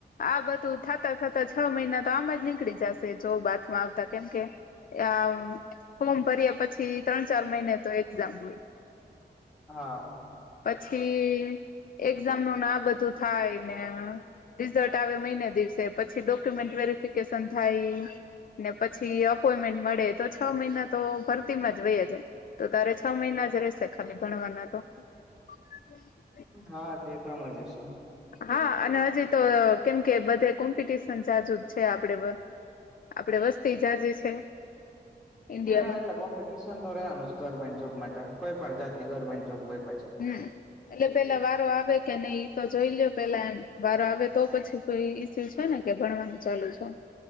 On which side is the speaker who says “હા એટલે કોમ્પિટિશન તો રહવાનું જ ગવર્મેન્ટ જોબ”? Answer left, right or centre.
Centre